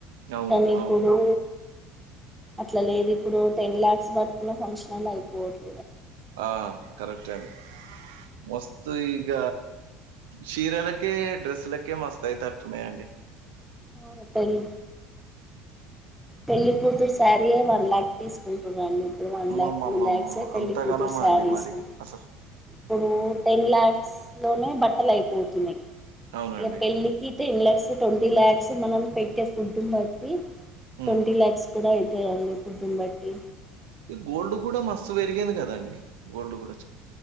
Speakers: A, on the right; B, in the centre.
A: అవును.
B: కానీ ఇప్పుడు
A: అవును.
B: అట్లా లేదు ఇప్పుడు టెన్ ల్యా క్స్ పట్టుకున్న ఫంక్షన్ల్ అయిపోవట్లేదు
A: ఆ కరెక్ట్ అండి మస్తు ఇగ చీరాలకే డ్రెస్సులకే మస్తు అయ్యేతట్టు ఉన్నాయండి
B: ఆ పెలి పెళ్లి కూతురు శారీయే వన్ ల్యాక్ తీసుకుంటున్నారండి ఇప్పుడు వన్
A: అమ్మమ్మమ్మమ్మమ్మ!
B: లక్ టూ లాక్స్ పెళ్లికూతురు
A: అంతగనమా
B: సారీస్
A: అండి మరి అసలు?
B: ఇప్పుడు టెన్ ల్యాక్స్ లోనే బట్టలు అయిపోతున్నాయి
A: అవునండి.
B: ఇక పెళ్ళికి టెన్ లక్స్ ట్వంటీ లాక్స్ మనం పెట్టే ఫుడ్ బట్టి
A: హుహు.
B: ట్వంటీ ల్యాక్స్ కూడా అయితాయండి ఫుడ్ని బట్టి
A: ఈ గోల్డ్ కూడా మస్తు పెరిగింది కదా అండి గోల్డ్ కూడా